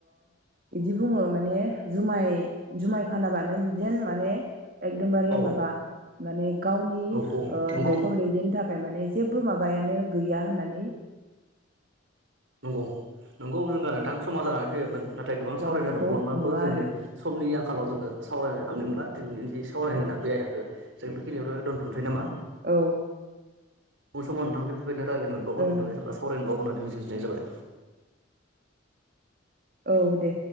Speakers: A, on the right (about 45°); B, on the right (about 75°).
A: बिदि बुङो माने जुमाय - जुमाय फानाबानो जेन माने एकदमबारे
B: औ
A: माबा माने गावनि
B: औ औ नंगौ
A: न'खर दैदेननो थाखाय माने जेबबो माबायानो गैया होननानै
B: नंगौ- नंगौ जोंगा नोंथां समाज जानानै फैयोमोन नाथाय गोबां
A: माबानायखौ
B: सावरायनायाव दंलांबाबो
A: नुवा
B: जोंनि
A: आरो
B: समनि आंखालाव जोङो सावरायनो हानायनंला सावरायनो गोनां बे आयदाखौ जों बेखिनियावल' दोनथ'नोसै नामा
A: औ
B: उन समाव नोंथांजों बेफोरबायदिनो रायलायनोमोनबावगोन
A: ओं
B: होननानै सावरायनोमोनबाव होननानै मिजिंथिनाय जाबाय
A: औ दे